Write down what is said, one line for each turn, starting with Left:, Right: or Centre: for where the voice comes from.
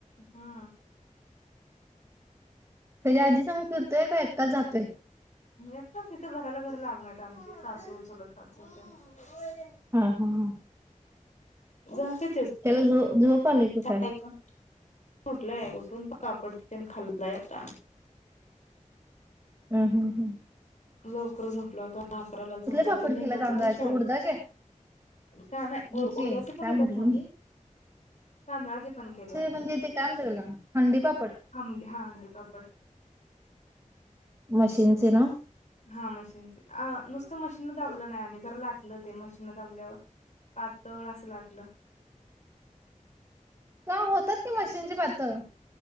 Left: हा,
Right: तेज़्या आजी संग फिर तो काय एकटाच जातोय?
Left: एकटाच तित घराला घर लागून आहेत आमची सासू, चुलत सासू तेन.
Right: हा हा हा,
Left: जातोय
Right: त्याला झो झोप आले की
Left: <unintelligible>
Right: काय
Left: उठलंय उठून पापड‌ तेन खाल्ला आता.
Right: हम् हम्म हम्म
Left: लवकर झोपला होता. दहा अकरा ला झोपला
Right: पापड
Left: ते नेलं
Right: केला
Left: नव्हतं
Right: तांदळाचे
Left: शाळेत
Right: उडदाचे
Left: त्या नाही
Right: ह्याचे
Left: उडजाचे पण
Right: काय
Left: केलेत
Right: म्हटल
Left: मधी
Right: मी
Left: तांदळाचे पण केले
Right: म्हणजे ते काय म्हणते त्याला हंडी पापड
Left: हंडी हांडी पापड.
Right: मशीनचे ना
Left: हा मशीन नुसत मशीन मशीन दाबलं नाही आम्ही जर लाटल ते मशीन दाबल्यावर पातळ असं लाटलं
Right: का होतात की मशीनची पातळ